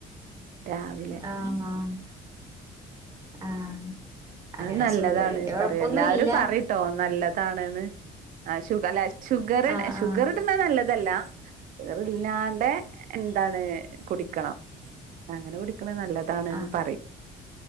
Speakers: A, on the right; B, on the right.
A: രാവിലെ
B: ആഹ് ആഹ് ആഹ് അങ്ങനെ
A: അത് നല്ലതാണ്
B: ഷുഗറിന്റെ കൊഴപ്പൊന്നുല്ല
A: പറ്യ, എല്ലാരും പറയും കേട്ടോ നല്ലതാണ്ന്ന് അഹ് ഷുഗർല്ല ഷുഗറ്
B: ആഹ്
A: ല്ല ഷുഗറ്ടാ
B: ആഹ്
A: നല്ലതല്ല ഷുഗർ ഇല്ലാണ്ടെ, എന്താണ് കുടിക്കണം. അങ്ങനെ കുടിക്ക്ണ് നല്ലതാണ്ന്ന്
B: ആഹ്
A: പറയും.